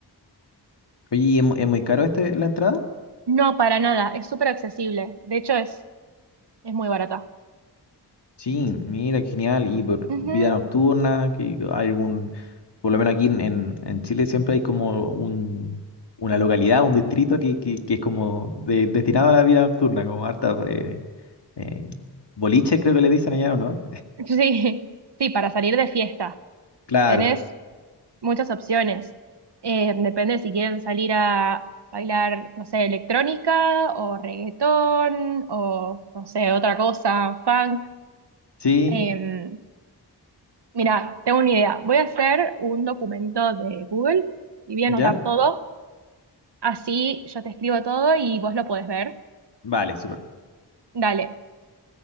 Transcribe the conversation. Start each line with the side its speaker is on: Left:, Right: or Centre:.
Left: Oye, ¿y ¿es, mu- es muy caro este la entrada?
Right: No, para nada, es súper accesible. De hecho, es, es muy barata.
Left: Sí, mira, qué genial. Y por
Right: Ujú.
Left: vida nocturna, que hay algún, por lo menos aquí en, en, en Chile siempre hay como un, una localidad, un distrito que, que, que es como de- destinado a la vida nocturna, como harta eh, eh, boliches creo que le dicen allá, ¿o no?
Right: Sí, sí, para salir de fiesta.
Left: Claro.
Right: Tenés muchas opciones. Eh, depende si quieren salir a bailar, no sé, electrónica o reggaetón o, no sé, otra cosa, funk.
Left: Sí,
Right: Eh, mira, tengo una idea. Voy a hacer un documento de Google y voy a
Left: ¿ya?
Right: anotar todo. Así yo te escribo todo y vos lo podés ver.
Left: Vale, súper.
Right: Dale.